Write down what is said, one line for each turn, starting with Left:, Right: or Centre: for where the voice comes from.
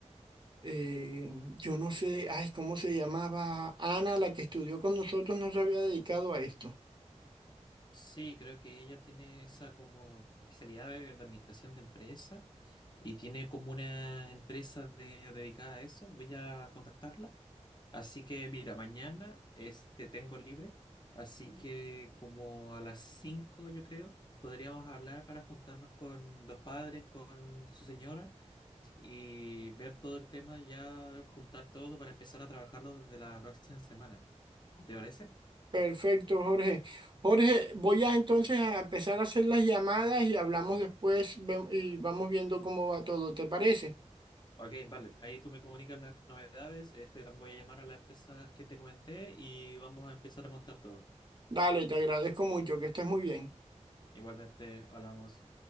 Right: eh, yo no sé, ay, ¿cómo se llamaba? Ana, la que estudió con nosotros, no se había dedicado a esto.
Left: Sí, creo que ella tiene esa como especialidad de, de administración de empresas y tiene como una empresa de- dedicada a eso. Voy a contactarla. Así que mira, mañana este tengo libre, así que como a las 5 yo creo podríamos hablar para juntarnos con los padres, con su señora y ver todo el tema ya, juntar todo para empezar a trabajarlo desde la próxima semana. ¿Te parece?
Right: Perfecto, Jorge. Jorge, voy a entonces a empezar a hacer las llamadas y hablamos después ve- y vamos viendo cómo va todo, ¿te parece?
Left: Ok, vale. Ahí tú me comunicas las novedades. Este, también voy a llamar a las empresas que te comenté y vamos a empezar a montar todo.
Right: Dale, te agradezco mucho, que estés muy bien.
Left: Igualmente, hablamos.